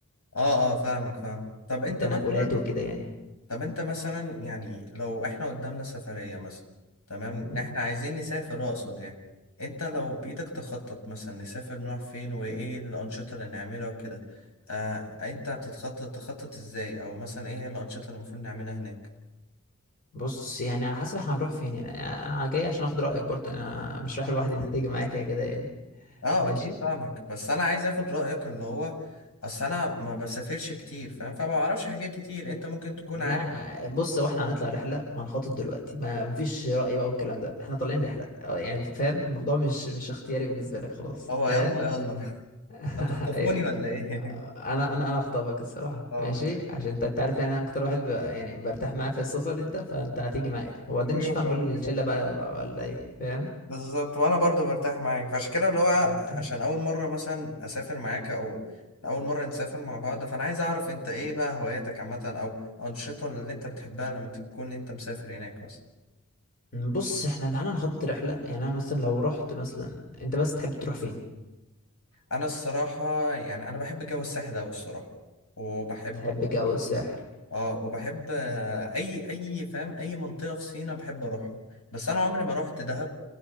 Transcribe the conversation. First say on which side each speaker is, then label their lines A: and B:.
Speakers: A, on the left; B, on the left.
A: اه اه فاهمك فاهم طب انت
B: التنقلات
A: مثلا
B: وكده يعني
A: طب انت مثلا يعني لو احنا قدامنا سفرية مثلا تمام ان
B: مم.
A: احنا عايزين نسافر اقصد يعني انت لو بإيدك تخطط مثلا نسافر نروح فين وايه الأنشطة اللي نعملها وكده آه انت بتتخطط تخطط ازاي او مثلا ايه هي الأنشطة اللي المفروض نعملها هناك
B: بص يعني على حسب هنروح فين يعني انا جاي عشان اخد رايك برضه انا مش رايح لوحدي انت هتيجي معايا كده كده يعني
A: اه
B: ماشي
A: اكيد فاهمك بس انا عايز اخد رأيك اللي هو اصل انا ما بسافرش كتير فاهم فما بعرفش حاجات كتير انت ممكن تكون
B: لا
A: عارف
B: بص هو احنا هنطلع رحله وهنخطط دلوقتي ما مفيش راي بقى والكلام ده احنا طالعين رحله اه يعني فاهم الموضوع مش مش اختياري بالنسبه لك خلاص
A: اه
B: فاهم
A: يلا يلا <laughs>
B: <laughs>
A: هتخطفوني
B: ايوه
A: ولا ايه
B: انا انا انا اخطبك الصراحه
A: <laughs> اه
B: ماشي عشان انت أنت عارف يعني انا اكتر واحد ب- يعني برتاح معاه في السفر انت فانت هتيجي معايا وبعدين
A: حبيبي
B: نشوف
A: يا ابراهيم
B: هنقول
A: بجد
B: للشله بقى بقى ولا ايه فاهم
A: بالظبط وانا برضو برتاح معاك فعشان كده اللي هو
B: مم.
A: عشان اول مره مثلا اسافر معاك او اول مره نسافر مع بعض فانا عايز اعرف انت ايه بقى هواياتك عامه او انشطه اللي انت بتحبها لما تكون انت مسافر هناك مثلا
B: إمم، بص احنا تعالى نخط رحلة يعني انا مثلا لو رحت مثلا انت بس تحب تروح فين
A: انا الصراحه يعني انا بحب جو الساحل اوي الصراحه وبحب
B: تحب جو الساحل
A: اه وبحب آه، اي اي فاهم اي منطقه في سينا بحب اروحها بس انا عمري ما روحت دهب